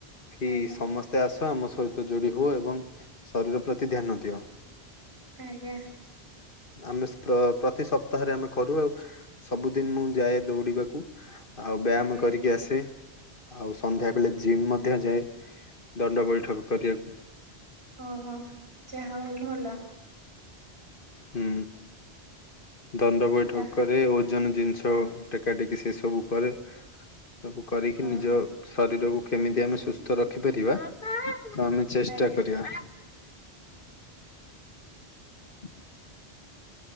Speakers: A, on the left; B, on the right.
A: କି
B: ଆଜ୍ଞା
A: ସମସ୍ତ ତେ ଆସ ଆମ ସହିତ ଯୋଡି ହୁଅ ଏବଂ ଶରୀର ପ୍ରତି ଧ୍ୟାନଦିଅ।
B: ଆଜ୍ଞା।
A: ଆମେ ସ୍ପ୍ର-ପ୍ରତି ସପ୍ତାହରେ ଆମେ କରୁ ଆଉ। ସବୁଦିନ୍ ମୁଁ ଯାଏ ଦୌଡିବାକୁ ଆଉ ବ୍ୟାୟାମ
B: ଆଜ୍ଞା
A: କରିକି ଆସେ ଆଉ ସନ୍ଧ୍ୟା ବେଳେ ଜିମ୍ ମଧ୍ୟ ଯାଏ ଦଣ୍ଡ ବୈଠକ କରିବାକୁ।
B: ଓହୋ ଯାହା ହଉ ଭଲ।
A: ହୁଁ ଦଣ୍ଡ ବୈଠକ
B: ତା
A: କରେ ଓଜନ ଜିନିଷ ଟେକା ଟେକି ସେ ସବୁ କରେ ସବୁ କରିକି
B: ଓହୋ
A: ନିଜ ଶରୀରକୁ କେମିତି ଆମେ ସୁସ୍ଥ ରଖିପାରିବା ତ ଆମେ ଚେଷ୍ଟା
B: ଆଜ୍ଞା
A: କରିବା। <unintelligible>